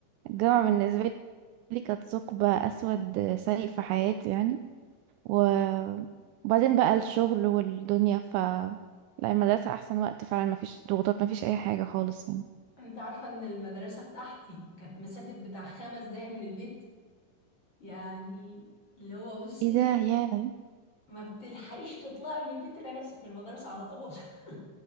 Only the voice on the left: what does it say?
انت عارفة ان المدرسة بتاعتي كانت مسافة بتاع خمس دقايق من البيت يعني اللي هو بصي
ما بتلحقيش تطلعي من البيت تلاقي نفسك في المدرسة على طول <laughs>